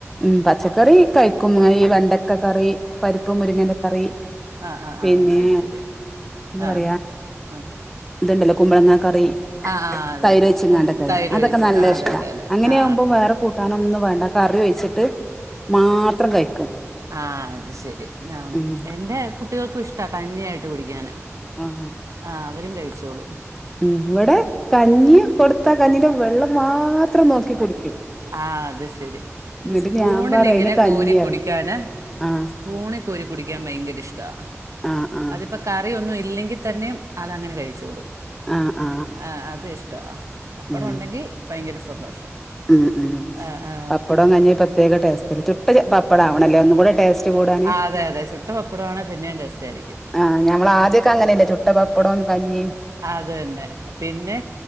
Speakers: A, in the centre; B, on the right.
A: ഉം പച്ചക്കറി കയ്ക്കും മോന് വെണ്ടക്കകറി പരിപ്പും മുരിങ്ങന്റെ കറി
B: ആഹ് ആഹ്
A: പിന്നെ
B: ആഹ് അത് ശരി ശരി
A: എന്താ
B: ആ
A: പറയാ
B: ആ
A: ഇത്ണ്ടല്ലോ കുമ്പളങ്ങ കറി
B: ആ ആ അതെ
A: തൈര്
B: അതെ കു
A: ത്
B: തൈര്
A: അതൊക്ക
B: ഒഴിച്ച്
A: നല്ല
B: ആ
A: ഇഷ്ടാ
B: അതെ അതെ അതെ
A: ഇങ്ങനെയാകുമ്പോം
B: ആ
A: വേറെ കൂട്ടാനൊന്നും വേണ്ട കറി ഒഴിച്ചിട്ട് മാത്രം കഴിക്കും
B: ആഹ് അത്ശരി
A: ഉം
B: എന്റെ കുട്ടികൾക്കും ഇഷ്ടാ കഞ്ഞിയായിട്ട് കുടിക്കാന്
A: ആഹ്
B: ആഹ് അവരും കഴിച്ചോളൂ
A: ഉം ഇവിടെ കഞ്ഞി കൊടുത്ത കഞ്ഞിന്റെ വെള്ളം മാത്രം നോക്കി കുടിക്കും
B: ആഹ് അത്ശരി ഇത്
A: എന്നിട്ട്
B: സ്പൂണില്ങ്ങനെ
A: ഞാൻ പറയും അയിന് കഞ്ഞി
B: കോരി
A: പറയും
B: കുടിക്കാന്
A: ആഹ്
B: സ്പൂണ് കോരി കുടിക്കാൻ ഭയങ്കര ഇഷ്ടാ
A: ആഹ് ആഹ്
B: അതിപ്പ കറിയൊന്നും ഇല്ലെങ്കിതന്നെ അതങ്ങനെ കഴിച്ചോളൂ
A: ആഹ് ആഹ്
B: ആഹ് അത് ഇഷ്ടവാ പപ്പടം
A: ഉം
B: ഉണ്ടെങ്കി ഭയങ്കര സന്തോഷം
A: ഉം ഉം
B: ആ ആ
A: പപ്പടവും കഞ്ഞി പ്രത്യേക ടേസ്റ്റ്ല്ല ചുട്ട പപ്പടം ആവണല്ലേ ഒന്നും കൂടെ ടേസ്റ്റ്
B: ടേസ്റ്റ്
A: കൂടാന്
B: ആഹ് അതെ അതെ ചുട്ട പപ്പടവാണേ പിന്നെയും ടേസ്റ്റ്‌ ആയിരിക്കും
A: ആഹ് ഞമ്മളാദ്യൊക്കെ അങ്ങനല്ലേ ചുട്ട പപ്പടോം കഞ്ഞിം
B: അതന്നെ പിന്നെ